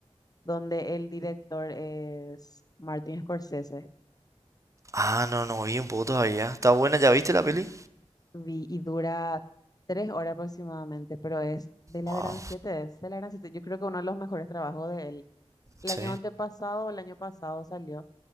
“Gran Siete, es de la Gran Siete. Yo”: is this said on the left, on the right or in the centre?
Left